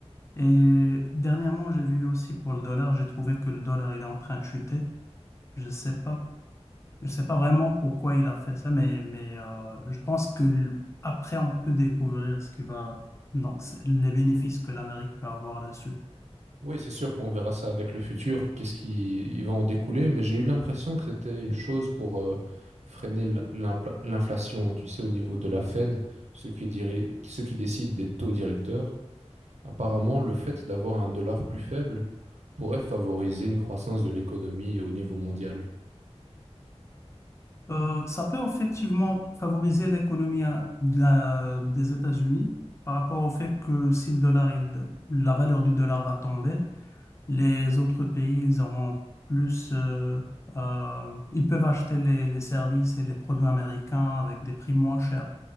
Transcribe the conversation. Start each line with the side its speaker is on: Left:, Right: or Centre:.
Left: Et dernièrement, j'ai vu aussi pour le dollar, j'ai trouvé que le dollar il est en train de chuter. Je ne sais pas Je ne sais pas vraiment pourquoi il a fait ça, mais, mais euh, je pense que l- après on peut découvrir ce qui va, donc c- les bénéfices que l'Amérique peut avoir dessus.
Right: Oui, c'est sûr qu'on verra ça avec le futur, qu'est-ce qui il va en découler, mais j'ai eu l'impression que c'était une chose pour euh, freiner l- l'impla- l'inflation, tu sais, au niveau de la Fed, ceux qui, diri- ceux qui décident des taux directeurs. Apparemment, le fait d'avoir un dollar plus faible pourrait favoriser une croissance de l'économie au niveau mondial.
Left: Euh, ça peut effectivement favoriser l'économie à- de la- des États-Unis par rapport au fait que si le dollar, il- la valeur du dollar va tomber, les autres pays, ils auront plus, euh, euh, ils peuvent acheter les, les services et les produits américains avec des prix moins chers.